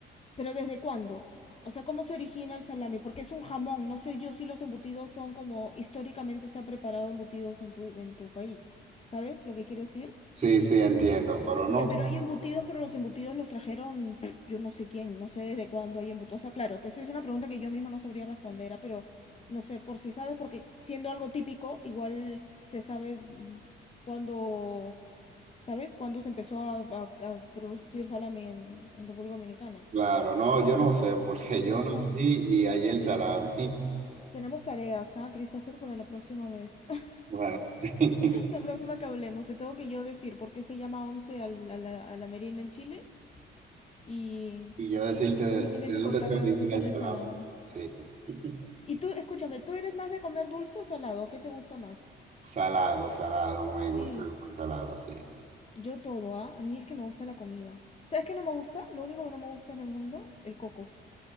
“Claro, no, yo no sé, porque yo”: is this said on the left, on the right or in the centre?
Right